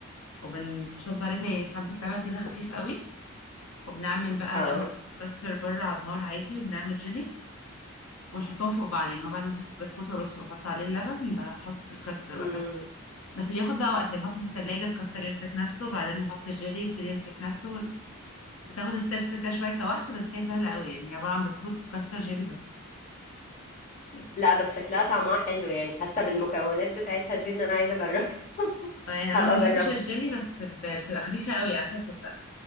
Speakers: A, on the left (about 70°); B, on the left (about 35°).
A: وبنصب عليه زي حبه لبن كده خفيف قوي وبنعمل بقى
B: اه
A: جنب كاستر بره على النار عادي وبنعمل جيلي ونحطهم فوق بعض يعني هو بعد ما احط البسكوت وارص واحط عليه اللبن بحط الكاستر
B: امم
A: بس بياخد بقى وقت يعني بحطه في التلاجة الكاستر يمسك نفسه بعدين نحط الجيلي الجيلي يمسك نفسه بتاخد ستيبس كده شوية كوقت بس هي سهلة قوي يعني هي عبارة عن بسكوت كاستر جيلي بس بس.
B: لا بس شكلها طعمها حلو يعني حاسه بالمكونات بتاعتها دي ان انا عايزه اجربها <laughs>
A: آه، يعني انا
B: هبقى
A: ما
B: اجربها
A: بحبش الجيلي بس ب- بتبقى خفيفة قوي عارفة بتبقى